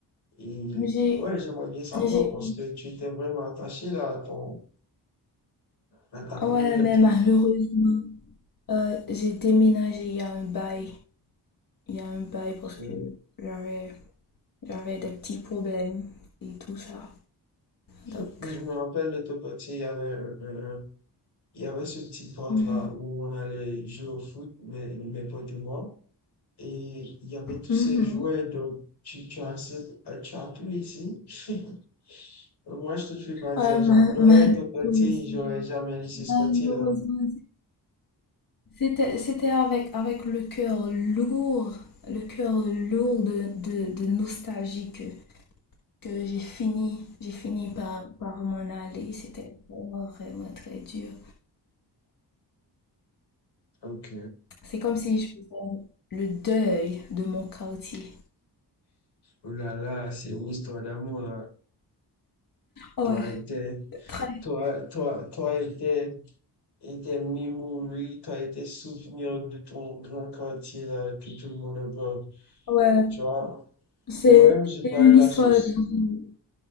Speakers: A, on the left; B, on the left.
A: et
B: J'ai,
A: ouais, j'aimerais bien savoir
B: j'ai,
A: parce que tu étais vraiment attaché là à ton, à ta communauté.
B: ouais, mais malheureusement. Euh, j'ai déménagé il y a un bail, il y a un bail
A: Parce
B: parce
A: que
B: que j'avais j'avais des petits problèmes et tout ça. Donc,
A: Je me rappelle de ton côté, il y avait, un- un- un- il y avait ce petit parc
B: mhm,
A: là où on allait jouer au foot, mes, mes potes et moi. Et il y avait tous
B: mhm.
A: ces jouets, donc tu, tu as, ce- tu as tout laissé. <laughs> Moi, je te fais pas dire,
B: Ouais,
A: j'adorais
B: ma- malheureusement,
A: ton côté, j'aurais jamais laissé ce
B: malheureusement,
A: côté-là.
B: c'était c'était avec avec le cœur lourd, le cœur lourd de, de, de nostalgie que, que j'ai fini j'ai fini par par m'en aller. C'était vraiment vraiment très dur.
A: Ok.
B: C'est comme si je faisais le deuil de mon quartier.
A: Oh là là, c'est une histoire d'amour, là.
B: Ouais,
A: Toi et tes,
B: très.
A: toi, toi, toi et tes, et tes memories, toi et tes souvenirs de ton grand quartier, là, que tout le monde aime.
B: Ouais,
A: Tu vois,
B: c'est
A: moi-même, j'ai
B: c'est
A: pas
B: une
A: eu la
B: histoire
A: chance.
B: d'amour